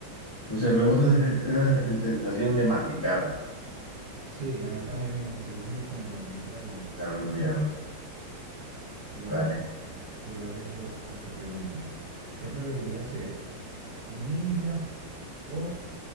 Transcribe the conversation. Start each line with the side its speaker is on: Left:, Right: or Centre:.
Left: no sé, me gusta esa esa sensación de masticar.
Right: Sí, a mí también me gusta. Yo soy muy comelón, muy tragón.
Left: También,
Right: <laughs> Bueno,
Left: dale.
Right: te, te voy a hacer yo otra pregunta. ¿Qué preferirías ser? ¿Un ninja o